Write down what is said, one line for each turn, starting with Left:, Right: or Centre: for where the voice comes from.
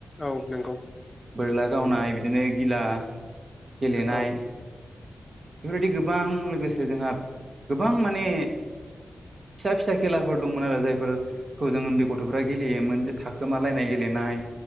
Left: औ नंगौ
Right: बोरला गावनाय बिदिनो गिला गेलेनाय
Left: औ
Right: बेफोरबायदि गोबां लोगोसे जोंहा गोबां माने फिसा फिसा खेला फोर दंमोन आरो जायफोर हजों उन्दै गथ'फ्रा गेलेयोमोन जे थाखोमालायनाय गेलेनाय